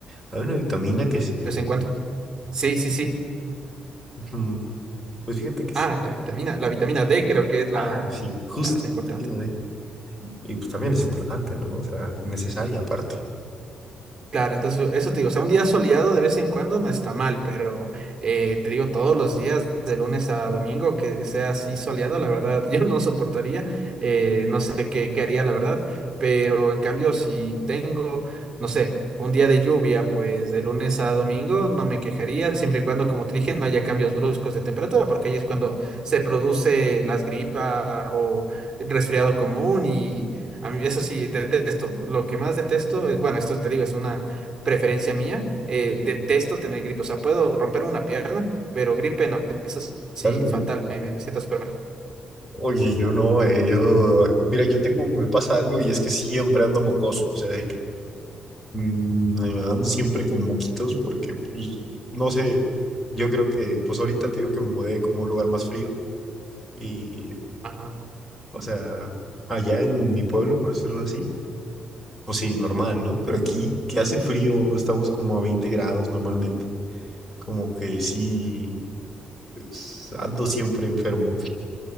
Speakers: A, in the centre; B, on the right.
A: hay una vitamina que se...
B: pues, en cuanto... Sí, sí, sí.
A: Ujú. Pues fíjate que sí.
B: Ah, la vitamina, la vitamina D creo que es la,
A: Ajá, sí, justo,
B: la, la importante.
A: vitamina D. Y pues también es
B: ¿sabes?
A: importante, ¿no? O sea, necesaria aparte.
B: Claro, entonces eso te digo, o sea, un día soleado de vez en cuando no está mal, pero eh, te digo, todos los días, de lunes a domingo, que sea así soleado, la verdad, <laughs> yo no soportaría, eh, no sé qué, qué haría, la verdad, pero en cambio, si tengo, no sé, un día de lluvia, pues de lunes a domingo no me quejaría, siempre y cuando, como te dije, no haya cambios bruscos de temperatura, porque ahí es cuando se produce las gripas o resfriado común y a mí, eso sí, detesto. Lo que más detesto es, bueno, esto te digo, es una preferencia mía. eh, detesto tener gripe. O sea, puedo romper una pierna, pero gripe no. Eso sí,
A: Claro, sí.
B: fatal. Me, me, me siento súper mal.
A: Oye, yo no, eh, yo... Mira, yo tengo, me pasa algo y es que siempre ando mocoso, o sea, de que mm, ando siempre con moquitos porque, pues, no sé, yo creo que, pues ahorita te digo que me mudé como a un lugar más frío. Y
B: Ah,
A: O sea, allá en mi pueblo, por decirlo así, pues sí, normal, ¿no? Pero aquí, que hace frío, estamos como a 20 grados normalmente. Como que sí, pues, ando siempre enfermo.